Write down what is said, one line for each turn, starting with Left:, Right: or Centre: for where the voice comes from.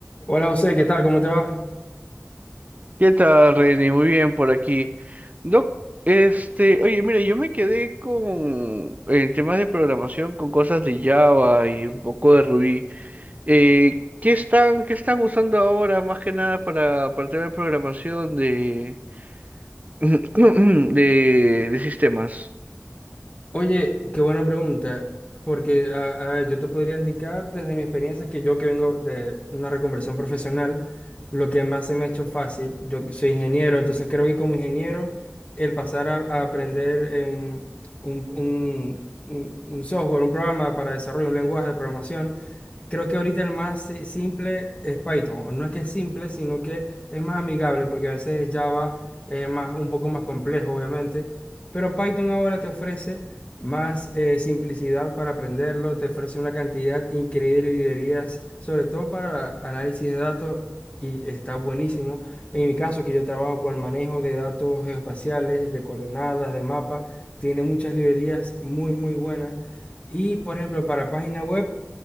Left: Hola José, ¿qué tal? ¿Cómo te va?
Right: ¿Qué tal, Reni? Muy bien por aquí. Doc, este, oye, mira, yo me quedé con en temas de programación con cosas de Java y un poco de Ruby. Eh, ¿qué están, qué están usando ahora más que nada para, para temas de programación de, <clears throat> de, de sistemas?
Left: Oye, qué buena pregunta, porque a- a yo te podría indicar desde mi experiencia que yo que vengo de una reconversión profesional, lo que más se me ha hecho fácil, yo soy ingeniero, entonces creo que como ingeniero el pasar a, a aprender eh, un, un- un- un- un software, un programa para desarrollo, un lenguaje de programación, Creo que ahorita el más si- simple es Python. No es que es simple, sino que es más amigable, porque a veces Java es más, un poco más complejo, obviamente. Pero Python ahora te ofrece más eh, simplicidad para aprenderlo, te ofrece una cantidad increíble de librerías, sobre todo para análisis de datos, y está buenísimo. En mi caso, que yo trabajo con el manejo de datos geoespaciales, de coordenadas, de mapas, tiene muchas librerías muy, muy buenas. Y, por ejemplo, para página web